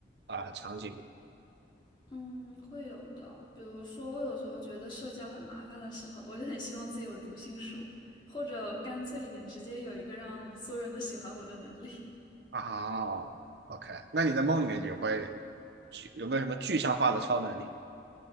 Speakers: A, on the right; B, on the left.
A: 啊、场景吗
B: 嗯，会有的。比如说，我有时候觉得社交很麻烦的时候，我就很希望自己有读心术，或者干脆一点，直接有一个让所有人都喜欢我的能力。<laughs>
A: 啊，OK，那你在梦里面也会具有没有什么具象化的超能力？